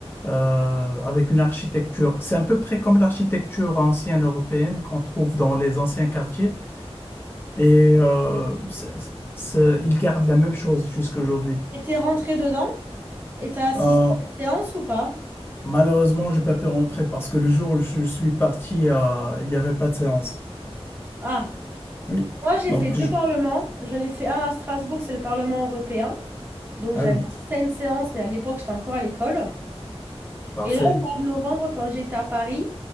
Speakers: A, on the left; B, on the right.
A: euh, avec une architecture. C'est à peu près comme l'architecture ancienne européenne qu'on trouve dans les anciens quartiers et euh, c'est- c'est- il garde la même chose jusqu'à aujourd'hui.
B: Et t'es rentré dedans? Et t'as assisté
A: Euh,
B: à une séance ou pas?
A: malheureusement, j'ai pas pu rentrer parce que le jour où je suis parti, euh, il n'y avait pas de séance.
B: Ah,
A: Oui.
B: Moi, j'ai
A: Donc,
B: fait
A: je-
B: deux parlements. J'en ai fait un à Strasbourg, c'est le Parlement européen. Donc,
A: ah
B: j'avais
A: oui,
B: assisté à une séance, mais à l'époque, j'étais encore à l'école.
A: parfait.
B: Et là, au mois de novembre, quand j'étais à Paris,